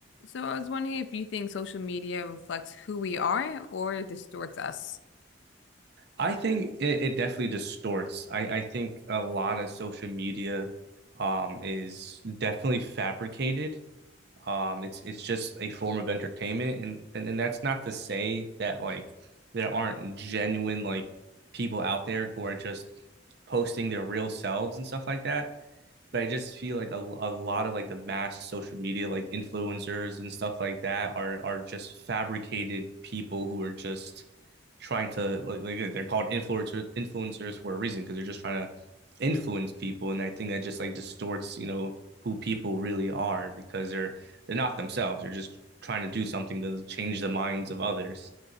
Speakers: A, on the left; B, on the right.
A: So I was wondering if you think social media reflects who we are or distorts us.
B: I think it, it definitely distorts. I, I think a lot of social media um is definitely fabricated. Um it's it's just a form of entertainment and and, and that's not to say that like there aren't genuine like people out there who are just posting their real selves and stuff like that but I just feel like a, a lot of like the mass social media like influencers and stuff like that are are just fabricated people who are just trying to like, like they're called influencers influencers for a reason because they're just trying to influence people and I think that just like distorts you know who people really are because they're they're not themselves they're just trying to do something to change the minds of others